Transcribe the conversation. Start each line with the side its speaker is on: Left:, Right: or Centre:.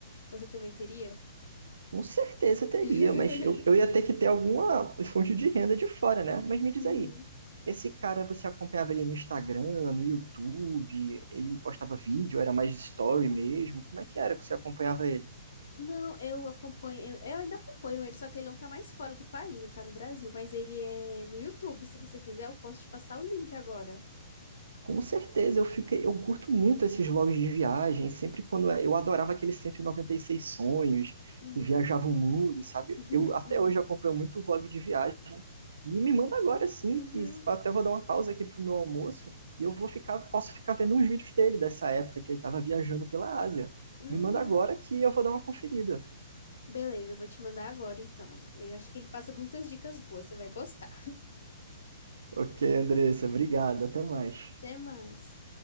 Left: Você também teria?
Right: Com certeza teria,
Left: <laughs>
Right: mas eu, eu ia ter que ter alguma fonte de renda de fora, né? Mas me diz
Left: Uhum.
Right: aí, esse cara você acompanhava ele no Instagram, no YouTube, ele postava vídeo, era mais story mesmo? Como é que era que você acompanhava ele?
Left: Não, eu acompanho, eu, eu ainda acompanho ele, só que ele não tá mais fora do país, ele tá no Brasil, mas ele é no YouTube. Se você quiser, eu posso te passar o link agora.
Right: Com certeza, eu fiquei, eu curto muito esses vlogs de viagem, sempre quando é, eu adorava aqueles cento e e noventa e seis sonhos,
Left: Hum.
Right: que viajava o mundo, sabe?
Left: <laughs>
Right: Eu até hoje acompanho muito vlog de viagem. E me manda agora sim,
Left: Uhum,
Right: que se
Left: uhum,
Right: pá, até vou dar uma pausa aqui pro meu almoço e eu vou ficar, posso ficar vendo uns vídeos dele dessa época que ele estava viajando pela Ásia.
Left: uhum.
Right: Me manda agora que eu vou dar uma conferida.
Left: Beleza, eu vou te mandar agora então. Eu acho que ele passa muitas dicas boas, você vai gostar.
Right: Ok, Andressa, obrigado, até mais.
Left: Até mais.